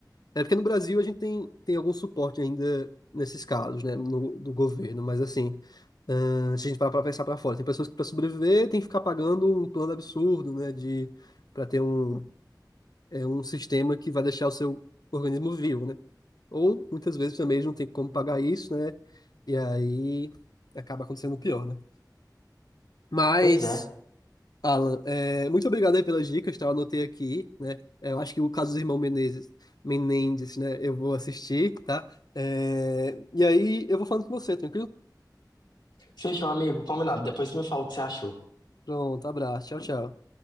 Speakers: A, on the left; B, on the left.
A: É porque no Brasil a gente tem, tem algum suporte ainda nesses casos, né? No, do governo, mas assim. ahn, se a gente parar pra pensar pra fora, tem pessoas que pra sobreviver tem que ficar pagando um plano absurdo, né? De, para ter um é um sistema que vai deixar o seu organismo vivo, né? Ou muitas vezes também eles não tem como pagar isso, né? E aí acaba acontecendo o pior, né? Mas,
B: Pois é.
A: Alan, é, muito obrigado aí pelas dicas, tá? Eu anotei aqui, né? É, Eu acho que o caso do irmão Menezes, Menendez, né? Eu vou assistir, tá? É, e aí eu vou falando com você, tranquilo?
B: Fechou, amigo. Combinado. Depois você me fala o que você achou.
A: Pronto, abraço, tchau, tchau.